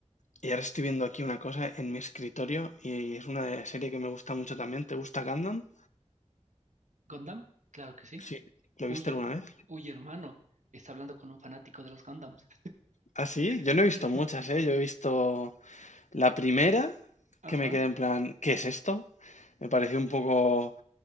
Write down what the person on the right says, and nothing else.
¿Gundam? Claro que sí.
Uy,
her-
uy, hermano. Está hablando con un fanático de los Gundams.
<laughs>
Ajá.